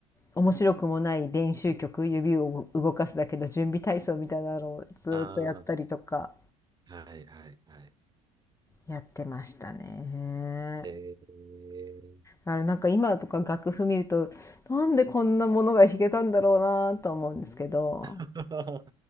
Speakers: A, on the left (about 15°); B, on the right (about 20°).
A: 面白くもない練習曲指を動かすだけの準備体操みたいなのをずっとやったりとか
B: ああ、はい、はい、はい。
A: やってましたね。
B: えー、
A: あれなんか今とか楽譜見るとなんでこんなものが弾けたんだろうなと思うんですけど
B: <laughs>